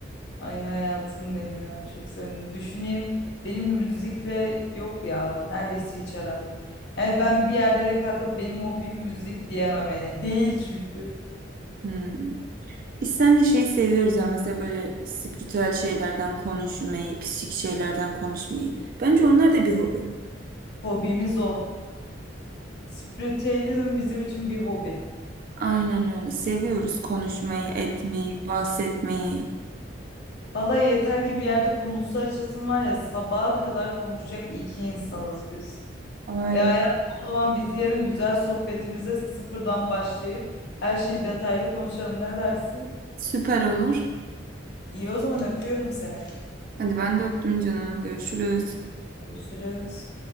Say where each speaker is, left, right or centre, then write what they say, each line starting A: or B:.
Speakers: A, on the left; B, on the right.
A: Ay hayatım benim ya çok sevindim. Düşüneyim benim müzikle yok ya neredeyse hiç aram yok. Yani ben bir yerde de kalkıp benim hobim müzik diyemem yani. Değil çünkü.
B: Hmm. Biz seninle şey seviyoruz ama mesela böyle spiritüel şeylerden konuşmayı, psikik şeylerden konuşmayı. Bence onlar da bir hobi.
A: Hobimiz o. Spiritüalizm bizim için bir hobi.
B: Aynen öyle. Seviyoruz konuşmayı, etmeyi, bahsetmeyi.
A: Vallahi yeter ki bir yerde konusu açılsın var ya sabaha kadar konuşacak iki insanız biz.
B: Aynen.
A: E hayatım o zaman biz yarın güzel sohbetimize sıfırdan başlayıp her şeyi detaylı konuşalım ne dersin?
B: Süper olur.
A: İyi o zaman öpüyorum seni.
B: Hadi ben de öptüm canım. Görüşürüz.
A: Görüşürüz.